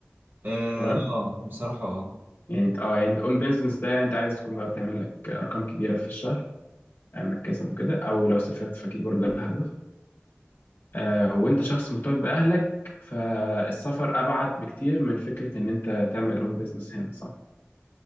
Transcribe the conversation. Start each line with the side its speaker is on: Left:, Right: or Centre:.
Right: اه,
Left: تمام
Right: آه بصراحة اه
Left: يعني انت اه يعني انت اون بيزنس ده يعني انت عايز تكون بقى بتعمل لك ارقام كبيره في الشهر آه مكاسب وكده او لو سافرت فاكيد برضه ده الهدف آه، وانت شخص مرتبط باهلك فالسفر ابعد بكتير من فكره ان انت تعمل اون بيزنس هنا صح